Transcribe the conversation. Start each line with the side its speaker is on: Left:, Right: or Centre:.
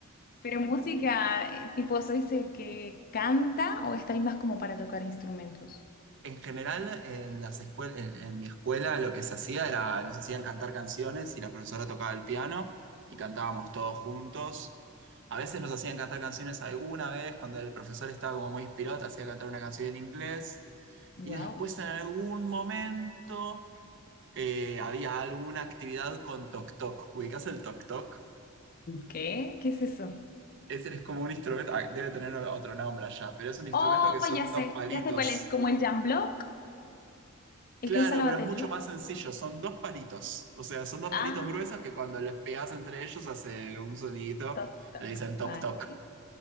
Left: Pero música, eh, tipo, ¿sois el que canta o estáis más como para tocar instrumentos?
Right: En general, en las escuel- en, en mi escuela lo que se hacía era, nos hacían cantar canciones y la profesora tocaba el piano y cantábamos todos juntos. A veces nos hacían cantar canciones alguna vez, cuando el profesor estaba como muy inspirado, te hacía cantar una canción en inglés.
Left: Wow.
Right: Y después en algún momento eh, había alguna actividad con toc toc. ¿Ubicás el toc toc?
Left: ¿Qué? ¿Qué es eso?
Right: Ese es como un instrumento, ah, debe tener otro nombre allá, pero es un instrumento
Left: Oh,
Right: que son
Left: ya sé,
Right: dos palitos.
Left: ya sé cuál es, como el jam block, el
Right: Claro,
Left: que usa la
Right: pero
Left: batería.
Right: es mucho más sencillo. Son dos palitos. O sea, son dos
Left: Ah,
Right: palitos gruesos que cuando les pegas entre ellos hace un sonidito.
Left: toc, toc,
Right: Le dicen toc
Left: vale.
Right: toc.